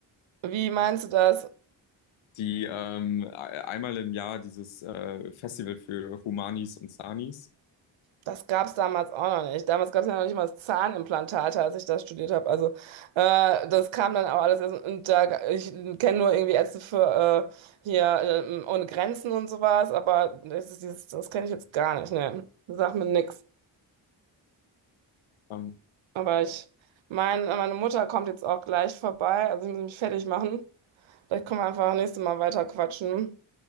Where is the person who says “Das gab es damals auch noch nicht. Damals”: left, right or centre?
Right